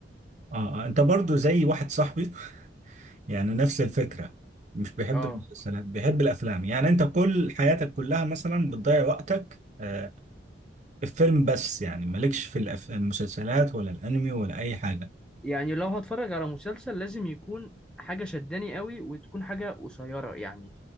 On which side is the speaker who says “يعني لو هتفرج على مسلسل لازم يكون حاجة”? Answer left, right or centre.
Centre